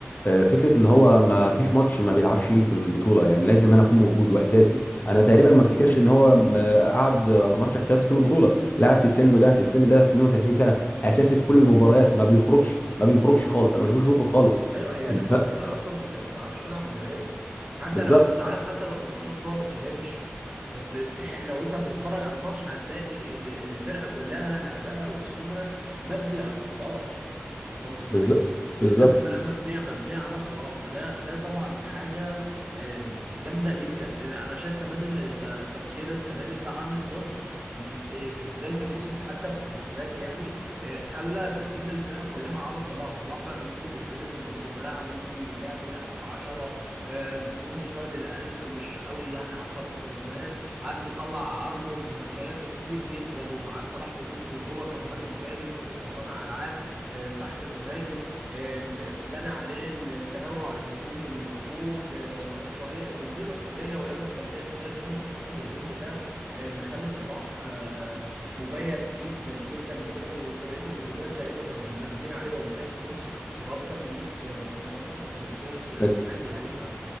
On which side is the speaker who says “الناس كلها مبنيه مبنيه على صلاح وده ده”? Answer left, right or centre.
Right